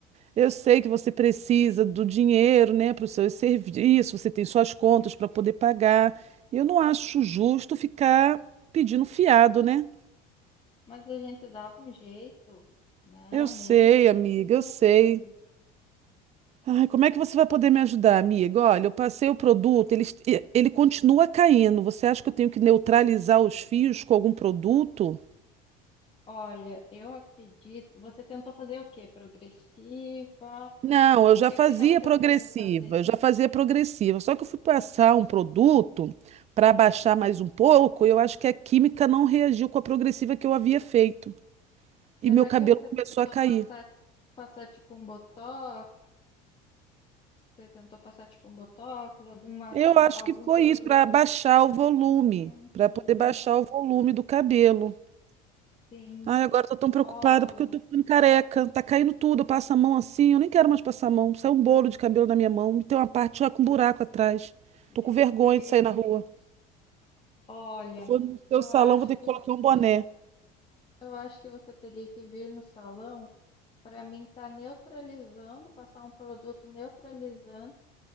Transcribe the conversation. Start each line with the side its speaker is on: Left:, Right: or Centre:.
Right: eu sei que você precisa do dinheiro, né, para os seus serviços, você tem suas contas para poder pagar. Eu não acho justo ficar pedindo fiado, né?
Left: Mas a gente dava um jeito. Não,
Right: Eu sei,
Left: nem
Right: amiga,
Left: se preocupe.
Right: eu sei. Ai, como é que você vai poder me ajudar, amiga? Olha, eu passei o produto, ele, est- e- ele continua caindo. Você acha que eu tenho que neutralizar os fios com algum produto?
Left: Olha, eu acredito. Você tentou fazer o quê? Progressiva?
Right: Não, eu já
Left: O que
Right: fazia
Left: que você estava tentando
Right: progressiva,
Left: fazer?
Right: eu já fazia progressiva. Só que eu fui passar um produto para baixar mais um pouco, e eu acho que a química não reagiu com a progressiva que eu havia feito.
Left: Será
Right: E meu cabelo
Left: que você
Right: começou
Left: tentou
Right: a cair.
Left: passar, passar tipo um botox? Você tentou passar tipo um botox? Alguma,
Right: Eu acho
Left: algum
Right: que foi
Left: produto?
Right: isso, para baixar o volume,
Left: Uhum,
Right: para poder baixar o volume do cabelo.
Left: sim.
Right: Ai, agora eu tô tão preocupada
Left: Olha,
Right: porque eu tô ficando careca. Tá caindo tudo, eu passo a mão assim. Eu nem quero mais passar a mão. Sai um bolo de cabelo na minha mão. e Tem uma parte já com um buraco atrás.
Left: meu
Right: Tô com vergonha
Left: Deus.
Right: de sair na rua.
Left: Olha,
Right: Vou no seu
Left: eu
Right: salão,
Left: acho
Right: vou ter
Left: que
Right: que colocar
Left: você,
Right: um boné.
Left: eu acho que você teria que vir no salão para mim estar neutralizando, passar um produto neutralizante